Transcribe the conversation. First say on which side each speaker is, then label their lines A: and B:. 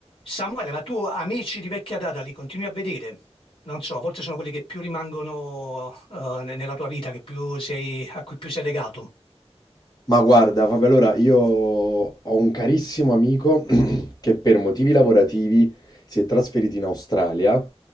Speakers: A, on the left; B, on the left.
A: Samuele, ma tu amici di vecchia data li continui a vedere? Non so, a volte sono quelli che più rimangono eh, ne- nella tua vita, che più sei, a cui più sei legato.
B: Ma guarda, Fabio, allora io ho un carissimo amico <clears throat> che per motivi lavorativi si è trasferito in Australia